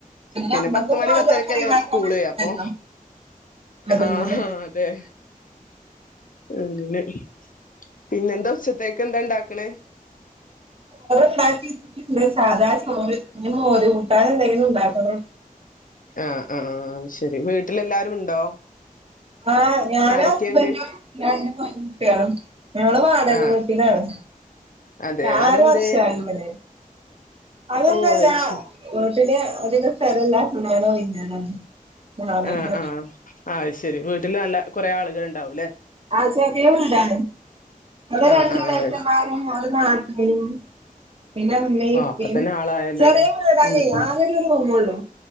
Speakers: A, on the left; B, on the right.
A: പിന്നെ
B: നമ്മക്ക്
A: പത്ത് മണി
B: മദ്രസ
A: പത്തരക്കല്ലേ
B: ഒഴിവാക്കാൻ
A: സ്കൂള്
B: പറ്റില്ലല്ലോ
A: അപ്പൊ
B: അതിന്
A: ആഹ്ഹ അതെ <unintelligible> <inaudible> ഇത്തേക്ക എന്താണ്ടാക്കണ
B: ചോറ് ഉണ്ടാക്കി സാധാ ചോറ് മോര് കൂടാൻ എന്തേലും ഒണ്ടാക്കണം
A: ആഹ ആഹ ആ് ശരി വീട്ടിലെല്ലാവരും ഉണ്ടോ
B: ആഹ് ഞാനും
A: ആരൊക്കെയുണ്ട്
B: ഹസ്ബൻഡും രണ്ട് കൊച്ചുകുട്ടികളും ഞങ്ങൾ വാടക
A: ആഹ്
B: വീട്ടിലാണ് <unintelligible>
A: അതെ
B: വർഷമായി
A: അതെന്തേ
B: <inaudible>
A: ഓ അയ്ശരി
B: പിന്നെ അധികം <unintelligible> മാറിയത്
A: ആ ആഹ് അതുശെരി വീട്ടിലും കൊറേ ആളുകൾ ഇണ്ടാവുമില്ലേ
B: ആ ചെറിയ വിട്ടാണ് <unintelligible>
A: ആഹ് ആഹ് അത് ശരി ആ അപ്പൊ തന്നെ ആളായല്ലോല്ലേ
B: ചെറിയ വിട്ടാണ്
A: ഉം
B: ആക്കെ
A: ഉം
B: ഒരു റൂമേയുള്ളു